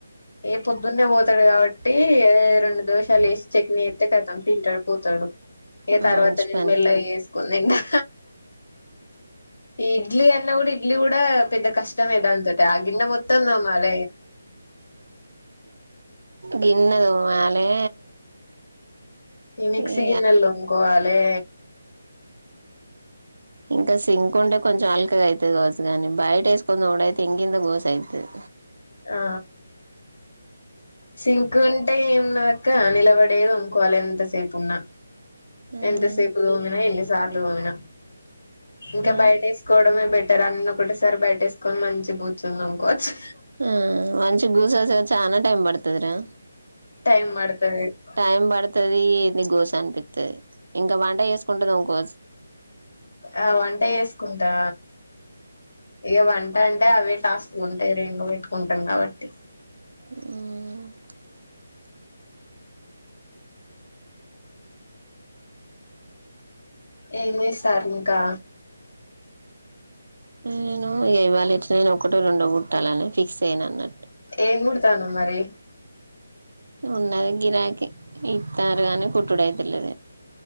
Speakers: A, on the left; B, on the right.
A: ఏ పొద్దున్నే పోతాడు కాబట్టి రెండు దోషాలు వేసి చట్నీ ఎత్తే కతం తింటాడు పోతాడు. ఇక
B: ఆ
A: తర్వాత
B: మంచి
A: నేను
B: పని
A: మెల్లగా చేసుకునీ తింటా ఈ ఇడ్లీ అ న్న కూడా ఇడ్లీ కూడా పెద్ద కష్టమే దాంతోటి ఆ గిన్నె మొత్తం తోమాల
B: గిన్నదు మాలే
A: ఈ మిక్సీ
B: ఇ
A: గిన్నెలు తోముకోవాలే
B: ఇంకా సింకు ఉంటే కొంచెం అలకగా అయితది కావొచ్చు గాని బయట ఎసుగోనిదొమ్డైతే ఇంగింత గోస అయితది
A: ఆ సింకు అంటే ఏంన్నాక్క నిలబడేద ఇంకోలో ఎంతసేపు ఉన్నా
B: అయితది
A: ఎంత సేపు తోమిన ఎన్ని సార్లు తోమిన ఇంకా బయట
B: ఆ
A: వేసుకోవడమే బెటర్ అన్న ఇక్కటిసారి బయటేసుకొని మంచిగా కూర్చుంది అనుకోవచ్చు
B: ఆ కోసోవచు చనా టైమ్ పడుతదరా
A: టైం పడుతది
B: టైం పడుతుది ఏది గోస అనిపిస్తుది ఇంకా వంట చేసుకుంటు ఇంకో
A: ఆ వంట వేసుకుంటా. ఇక వంట అంటే అవి టాస్క్ ఉంటాయి రెండు పెట్టుకుంటాం కాబట్టి
B: ఆ
A: ఏమిస్తార్ ఇంకా
B: నేను ఇవాలి ఎట్లాయిన ఒకటే రెండో కుుట్టాలని ఫిక్స్ అయన అన్నట్టు
A: ఏ కుడతానావు మరి
B: ఉన్నది గిరాకి ఇస్తారుగాని కుటడ అతుల్ది